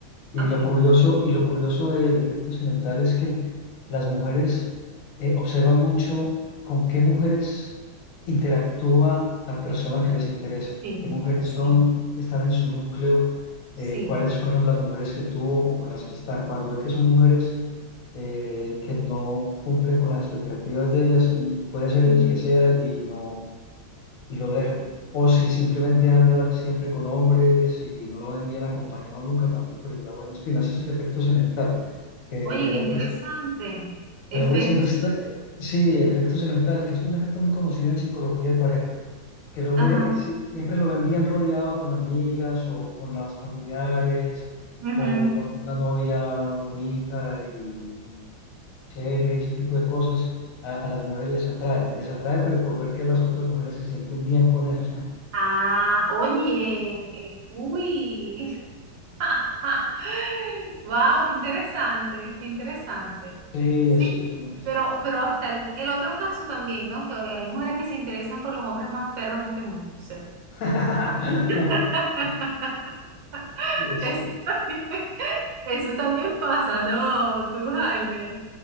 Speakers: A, on the left; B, on the right.
A: Y
B: Ok,
A: lo curioso, y lo curioso del efecto semental es que las mujeres eh, observan mucho con qué mujeres interactúa la persona que les interesa,
B: sí,
A: qué mujeres
B: sí,
A: son, están en su núcleo,
B: sí.
A: eh, cuáles fueron las mujeres que tuvo o con las que están. Cuando ve que son mujeres eh, que no cumplen con las expectativas de ellas, y puede ser
B: Ujú.
A: el que sea y no y lo dejan. O si simplemente anda siempre con hombres y no lo ven bien acompañado nunca, tampoco les da buenas espinas. Ese es el efecto semental, que
B: Oye, qué
A: el
B: interesante.
A: hombre,
B: Efectos.
A: el hombre siempre está, sí, el efecto semental, que es un efecto muy conocido en psicología de pareja, que el hombre
B: Ajá.
A: eh, sí- siempre lo ven bien rodeado con amigas o con las familiares
B: ujú.
A: o con una novia bonita y, y seria y ese tipo de cosas. A, a las mujeres les atrae, les atrae, pero por ver que las otras mujeres se sienten bien con él.
B: Ah, oye, eh, uy. <laughs> <laughs> Wow, qué interesante, qué interesante.
A: Sí,
B: Sí,
A: es, es muy interesante.
B: pero, pero está el, el otro caso también, ¿no? Que hay mujeres que se interesan por los hombres más perros de este mundo. O sea,
A: <laughs>
B: <laughs>
A: Y es-
B: eso también, eso también pasa, ¿no? Tú, Jaime.